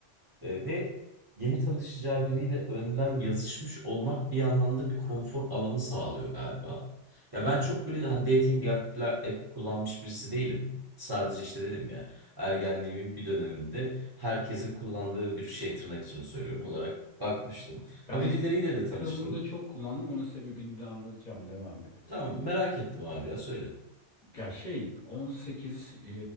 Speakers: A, on the right (about 35°); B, on the left (about 45°).
A: E, ve yeni tanışacağı biriyle önden yazışmış olmak bir yandan da bir konfor alanı sağlıyor galiba. Ya
B: Tabii.
A: ben çok böyle hani dating app'ler app kullanmış birisi değilim. Sadece işte dedim ya ergenliğimin bir döneminde herkesin kullandığı bir şey tırnak içinde söylüyorum olarak bakmıştım.
B: Ben
A: Ha birileriyle
B: belli bir yaş
A: de tanıştım.
B: aralığında çok kullandım. Onun sebebini de anlatacağım. Devam et.
A: Tamam merak ettim abi ya söyle.
B: Ya şey 18 e,